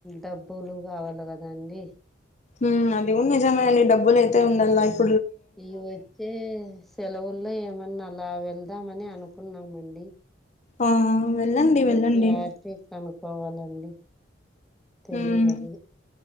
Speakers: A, in the centre; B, on the left (about 35°).
A: డబ్బులు కావాలి కదా అండి
B: మ్ అది కూడా నిజమే అండి డబ్బులు అయితే ఉండాలైఫ్
A: ఈ వచ్చే సెలవుల్ల ఏమ అన్ను అలా వెళ్దామని అనుకున్నామండి.
B: ఆ వెళ్ళండి
A: ఇంగ
B: వెళ్ళండి
A: క్లారిటీ కనుక్కవాలండి తెలిఅదిది
B: ఉమ్